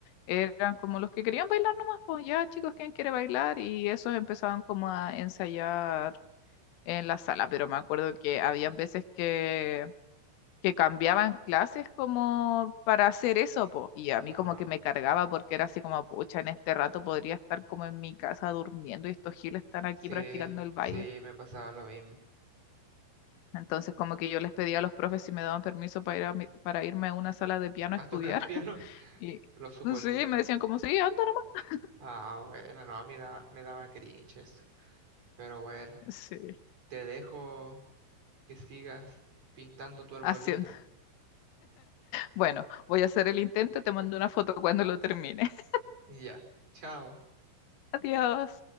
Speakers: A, on the left; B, on the right.
A: Eran como los que querían bailar nomás, pues ya chicos, ¿quién quiere bailar? Y esos empezaban como a ensayar en la sala, pero me acuerdo que habían veces que, que cambiaban clases como para hacer eso, po. Y a mí
B: Ah,
A: como que me cargaba porque era así como, pucha, en este rato podría estar como en mi casa durmiendo y estos giles están aquí
B: sí,
A: practicando el baile.
B: sí, me pasaba lo mismo.
A: Entonces, como que yo les pedía a los profes si me daban permiso para ir a mi- para irme a una sala de piano
B: A
A: a estudiar.
B: tocar piano,
A: <laughs>
B: <laughs>
A: Y
B: lo suponía.
A: sí, me decían como, sí, anda nomás.
B: Ah, bueno, no, a mí da- me daba cringe eso. Pero bueno,
A: Sí,
B: te dejo que sigas pintando tu arbolito.
A: haciendo. Bueno, voy a hacer el intento, te mando una foto cuando lo termine. <laughs>
B: Y ya, chao.
A: Adiós.